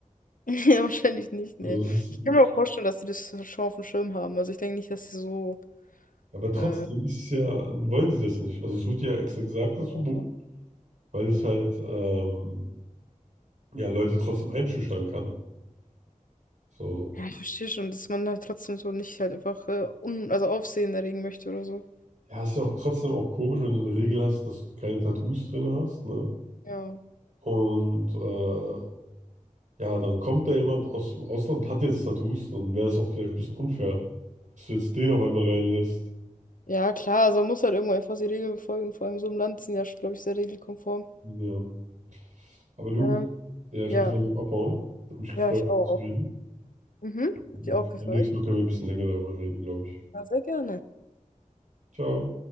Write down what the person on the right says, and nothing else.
Also
das ist,
aber trotzdem
ist es ja, wollen sie das nicht. Also es wird ja extra gesagt, dass
es verboten, weil es halt ähm, ja, Leute trotzdem einschüchtern kann. So.
Ja, ist ja auch trotzdem auch komisch, wenn du eine Regel hast, dass du keine Tattoos drin hast, ne?
Und äh, ja, dann kommt da jemand aus dem Ausland, hat jetzt Tattoos, dann wäre es auch vielleicht ein bisschen unfair, dass du jetzt den auf einmal reinlässt.
Ja, aber du,
ja, ich
muss langsam abhauen. Hat mich gefreut,
mit
dir zu reden.
Und
beim nächsten Mal können wir ein bisschen länger darüber reden, glaube ich.
Ciao.